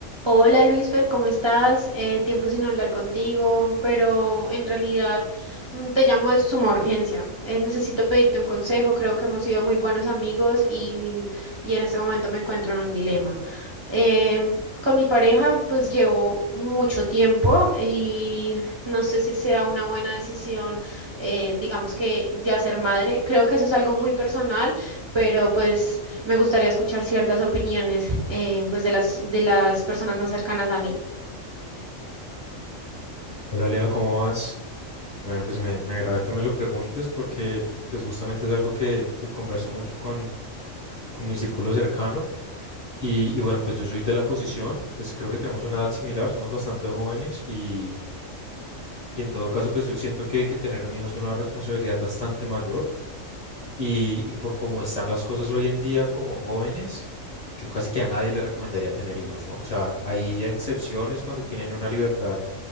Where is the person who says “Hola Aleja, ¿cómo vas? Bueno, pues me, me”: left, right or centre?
Left